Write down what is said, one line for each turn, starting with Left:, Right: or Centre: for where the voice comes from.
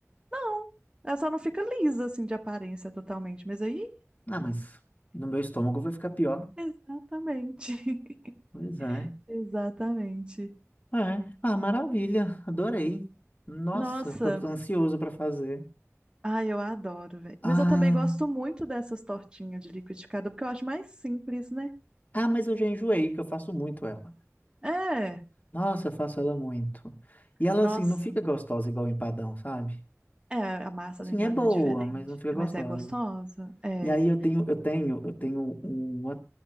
Right: Não, ela só não fica lisa assim de aparência totalmente. Mas aí,
Left: Ah, mas no meu estômago vai ficar pior.
Right: exatamente. <laughs>
Left: Pois é.
Right: Exatamente.
Left: É. Ah, maravilha. Adorei. Nossa,
Right: Nossa,
Left: tô ansioso pra fazer.
Right: ai, eu adoro, velho. Mas
Left: Ah,
Right: eu também gosto muito dessas tortinhas de liquidificador, porque eu acho mais simples, né?
Left: ah, mas eu já enjoei, que eu faço muito ela.
Right: É,
Left: Nossa, eu faço ela muito. E ela,
Right: nossa.
Left: assim, não fica gostosa igual empadão, sabe?
Right: É, a massa
Left: Assim,
Right: do empadão
Left: é boa,
Right: é diferente,
Left: mas não fica gostosa.
Right: mas é gostosa. É.
Left: E aí eu tenho, eu tenho, eu tenho uma,